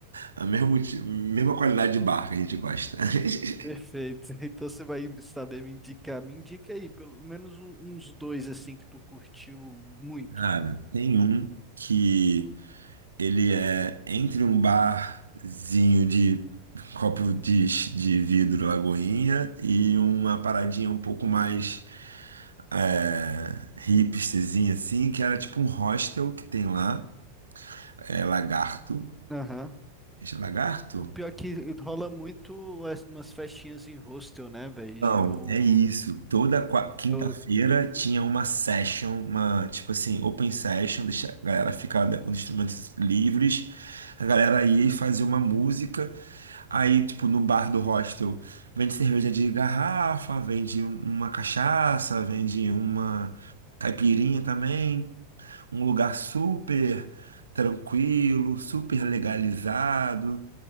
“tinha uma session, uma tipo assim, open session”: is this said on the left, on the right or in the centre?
Right